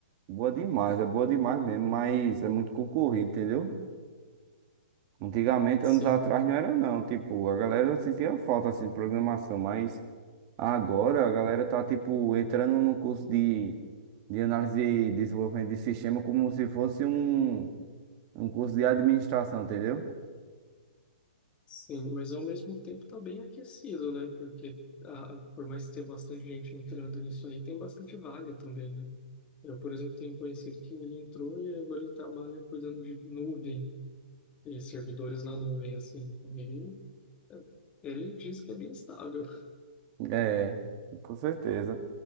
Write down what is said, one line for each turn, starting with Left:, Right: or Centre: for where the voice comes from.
Right: boa demais, é boa demais mesmo, mas é muito concorrido, entendeu? Antigamente,
Left: sim.
Right: anos atrás, não era não, tipo, a galera sentia falta, assim, de programação, mas agora a galera tá, tipo, entrando num curso de, de análise e desenvolvimento de sistema como se fosse um, um curso de administração, entendeu?
Left: Sim, mas ao mesmo tempo está bem aquecido, né? Porque a, a- por mais que tenha bastante gente entrando nisso aí, tem bastante vaga também, né? Eu, por exemplo, tenho um conhecido que ele entrou e agora ele trabalha cuidando de nuvem e servidores na nuvem, assim. Ele, ele diz que é bem estável.
Right: É, com certeza.